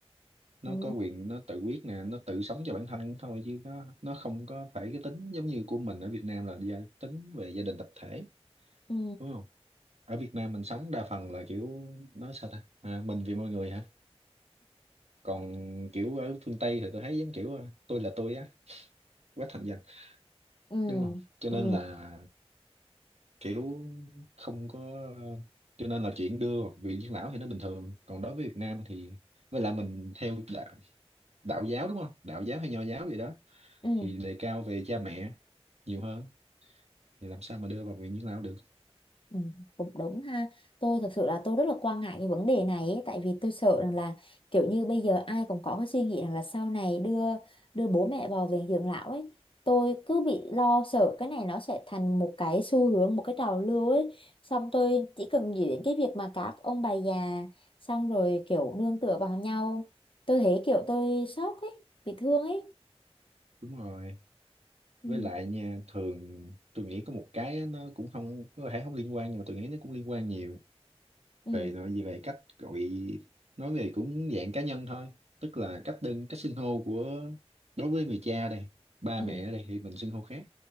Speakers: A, on the right; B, on the left.
A: nó
B: ừ
A: có quyền nó tự quyết nè nó tự sống cho bản thân thôi chứ nó nó không có phải cái tính giống như của mình ở Việt Nam là gia, tính về gia đình tập thể
B: ừ
A: đúng không ở Việt Nam mình sống đa phần là kiểu nói sao ta à, mình vì mọi người hả còn kiểu ở phương Tây thì tôi thấy giống kiểu ờ, tôi là tôi á quá thành danh
B: ừ
A: đúng không cho
B: ừ
A: nên là kiểu không có cho nên là chuyện đưa vị dưỡng lão thì nó bình thường còn đối với Việt Nam thì với lại mình theo đạo, đạo giáo đúng không đạo giáo hay nho giáo gì đó
B: ừ <laughs>
A: thì đề cao về cha mẹ nhiều hơn thì làm sao mà đưa vào viện dưỡng lão được
B: Ừ, cũng đúng ha tôi thật sự là tôi rất là quan ngại cái vấn đề này ấy, tại vì tôi sợ rằng là kiểu như bây giờ ai cũng có cái suy nghĩ rằng là sau này đưa đưa bố mẹ vào viện dưỡng lão ấy tôi cứ bị lo sợ cái này nó sẽ thành một cái xu hướng một cái trào lưu ấy xong tôi chỉ cần nghĩ đến cái việc mà các ông bà già xong rồi kiểu nương tựa vào nhau tôi thấy kiểu tôi sốc ấy bị thương ấy
A: đúng rồi
B: ừ,
A: với lại nha thường tôi nghĩ có một cái á, nó cũng không có thể không liên quan nhưng mà tôi nghĩ nó cũng liên quan nhiều
B: ừ,
A: về nội gì về cách gọi nói về cũng dạng cá nhân thôi tức là cách đơn cách xưng hô của đối với người cha đây ba
B: ừ,
A: mẹ ở đây thì mình xưng hô khác